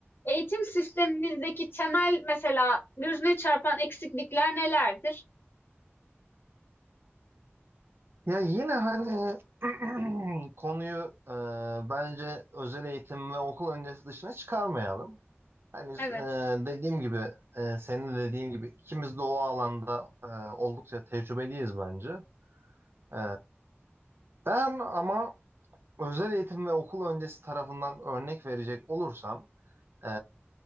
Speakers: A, on the left; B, on the right.
A: eğitim sistemimizdeki temel mesela gözüne çarpan eksiklikler nelerdir?
B: Ya yine hani <clears throat> konuyu e, bence özel eğitim ve okul öncesi dışına çıkarmayalım. Hani e,
A: Evet.
B: dediğim gibi, e, senin de dediğin gibi ikimiz de o alanda e, oldukça tecrübeliyiz bence. E, ben ama özel eğitim ve okul öncesi tarafından örnek verecek olursam, e,